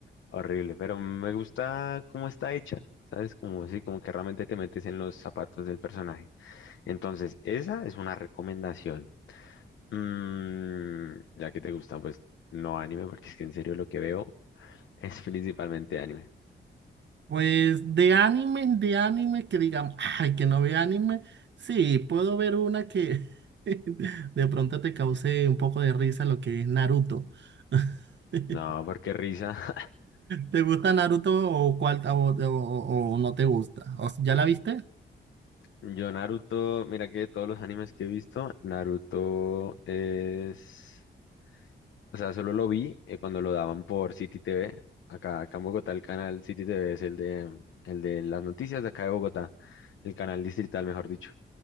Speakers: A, on the left; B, on the right.
A: horrible, pero me gusta cómo está hecha. ¿Sabes? Como así, como que realmente te metes en los zapatos del personaje. Entonces, esa es una recomendación. Mm, ya que te gustan, pues no anime, porque es que en serio lo que veo <laughs> es principalmente anime.
B: Pues de anime, de anime, que digamos, ay, que no ve anime. Sí, puedo ver una que <laughs> de pronto te cause un poco de risa lo que es Naruto. <laughs>
A: No, porque risa. <laughs>
B: ¿Te gusta Naruto o cuál o, o- o- o no te gusta? ¿O- s- ¿Ya la viste?
A: Yo Naruto, mira que de todos los animes que he visto, Naruto es... O sea, solo lo vi eh, cuando lo daban por City TV. Acá, acá en Bogotá el canal City TV es el de, el de las noticias de acá de Bogotá, el canal distrital, mejor dicho.